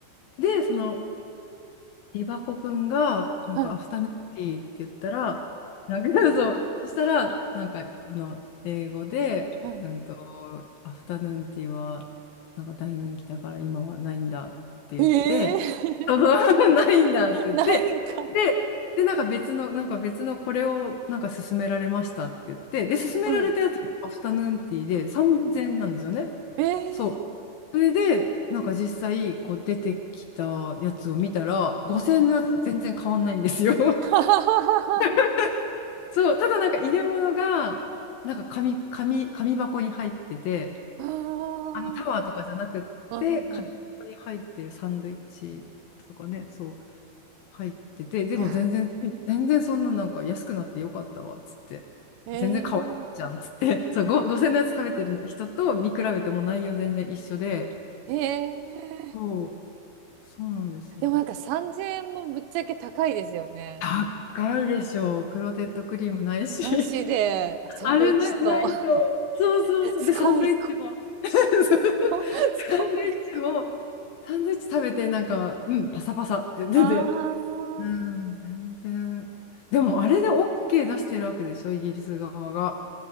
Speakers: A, on the left; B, on the right.
A: で、その、琵琶湖くんが、なんか、
B: うん。
A: アフタヌーンティーって言ったら、なんか <laughs>、そう、そしたら、なんか、その、英語で、
B: うん
A: うんと、アフタヌーンティーは、なんか大人気だから今はないんだって言って、
B: ええ
A: そう <laughs> ないんだって言って、
B: ー <laughs> ないんか。
A: で、で、なんか別の、なんか別のこれをなんか勧められましたって言って、で、勧められたやつもアフタヌーンティーで3000なんですよね。
B: うんええー
A: そう。それで、なんか実際、こう出てきたやつを見たら、5000円のやつと全然変わんないんですよ。
B: うんうんはははは。
A: <laughs> そう、ただなんか入れ物が、なんか紙、紙、紙箱に入ってて、
B: <laughs>
A: あのタワーとかじゃなくって、
B: ああうんうんうん
A: 紙箱に入ってるサンドイッチとかね、そう、入ってて、でも全然、
B: いや
A: 全然そんななんか安くなってよかったわ、つって、
B: ー、
A: 全然変わんじゃん、つって、そう、ご5000のやつ食べてる人と見比べても内容全然一緒で、
B: ええええ
A: そうそうなんですよ。
B: でもなんか3000円もぶっちゃけ高いですよね。
A: 高いでしょう。クロテッドクリームないし。
B: なしで、
A: <laughs>
B: サンドイッチと
A: あれな、ないと。そうそうそう。
B: <laughs> スコーン1個。
A: で、サンドイッチも。<laughs> そう
B: <laughs>
A: サンドイッチも、
B: スコーン1個。
A: サンドイッチ食べて、なんか、うん、パサパサって出て。
B: あ
A: うん、
B: あ。
A: 全然。でも、あれで OK 出してるわけでしょ、イギリス側が。